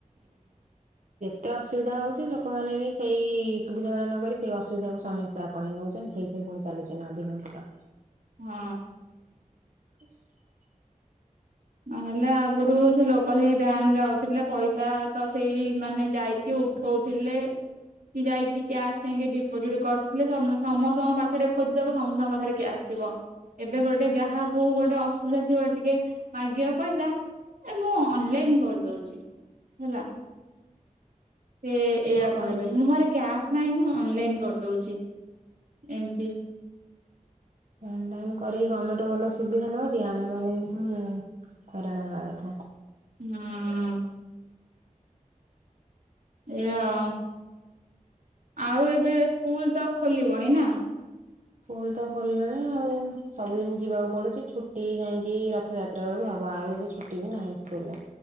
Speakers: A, on the right; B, on the right.
A: ଏତେ ଅସୁବିଧା ହଉଛି ଲୋକମାନେ ବି ସେଇ ସୁବିଧା ଗୁଡ଼ା ନ କରି ସେଇ ଅସୁବିଧାକୁ ସମସ୍ତେ ଆପଣେଇ ନେଉଛନ୍ତି ସେଇଥି ପୁଣି ଚାଲୁଛି ନା ଅଧିକ ଅଧିକ।
B: ହଁ।
A: ହ <inaudible>
B: ନହେଲେ ଆଗରୁ ସେ ଲୋକ ସେଇ ବ୍ୟାଙ୍କ ଯାଉଥିଲେ ପଇସା ତ ସେଇ ମାନେ ଯାଇକି ଉଠଉ ଥିଲେ। କି ଯାଇକି କ୍ୟାସ ଯାଇଁକି ଡିପୋଜିଟ କରୁଥିଲେ ସମ୍ ସମସ୍ତଙ୍କ ପାଖରେ ଖୋଜିଦବ ସମସ୍ତଙ୍କ ପାଖରେ କ୍ୟାସ୍ ଥିବ ଏବେ ଗୋଟେ ଯାହାକୁ ଗୋଟେ ଅସୁବିଧା ଥିବ ଟିକେ। ମାଗିବ ପଇସା ଏ ମୁଁ ଅନଲାଇନ କରିଦଉଛି ହେଲା। ସେ ଏଇଆ କହିବେ
A: ତ
B: ମୁଁ ମୋ ପାଖରେ କ୍ୟାସ ନାହିଁ ମୁଁ ଅନଲାଇନ୍ କରିଦଉଛି ଏମିତି।
A: ଅନଲାଇନ କରିକି ଗମେଣ୍ଟ ଭଲ ସୁବିଧା ନଉଛି ଆମେ ମାନେ ହୁଁ। ହଇରାଣ ହବା କଥା।
B: ହଁ ଏୟା ଆଉ। ଆଉ ଏବେ ସ୍କୁଲ ଯାକ ଖୋଲିବଣି ନା?
A: ସ୍କୁଲ ତ ଖୋଲିଲାଣି ଆଉ ସବୁଦିନ ଯିବାକୁ ପଡୁଛି ଛୁଟି ଯାଇଁକି ରଥଯାତ୍ରା ବେଳକୁ ହ ଆଉ ଏବେ ଛୁଟି ବି ନାହିଁ ସ୍କୁଲ ରେ।